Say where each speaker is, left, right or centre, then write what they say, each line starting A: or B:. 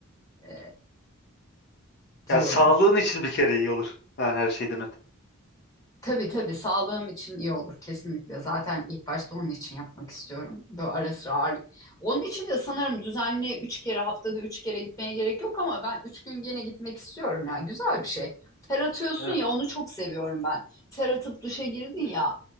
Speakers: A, on the left; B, on the left.
A: e, diyorum.
B: Yani sağlığın için bir kere iyi olur. Ha, her şeyden öte.
A: Tabii tabii sağlığım için iyi olur kesinlikle. Zaten ilk başta onun için yapmak istiyorum. Böyle ara sıra ağırlık. Onun için de sanırım düzenli üç kere haftada üç kere gitmeye gerek yok ama ben üç gün gene gitmek istiyorum yani güzel bir şey. Ter atıyorsun
B: Evet.
A: ya onu çok seviyorum ben. Ter atıp duşa girdin ya